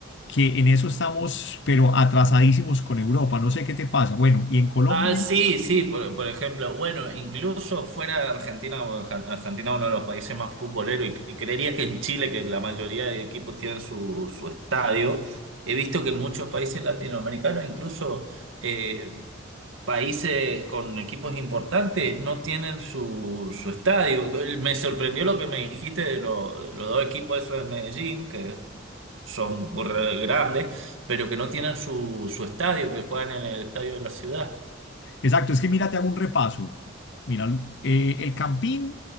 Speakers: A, on the left; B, on the right.
A: que en eso estamos, pero atrasadísimos con Europa, no sé qué te pasa. Bueno, y en Colombia,
B: Ah, sí, sí, por, por ejemplo, bueno, incluso fuera de Argentina, porque Ar- Argentina es uno de los países más futboleros y, y creería que en Chile, que la mayoría de equipos tienen su, su estadio, he visto que en muchos países latinoamericanos, incluso eh, países con equipos importantes no tienen su, su estadio. Me sorprendió lo que me dijiste de, lo- de los dos equipos esos de Medellín, que son re grandes, pero que no tienen su, su estadio, que juegan en el estadio de la ciudad.
A: exacto, es que mira, te hago un repaso. Mira, eh, el Campín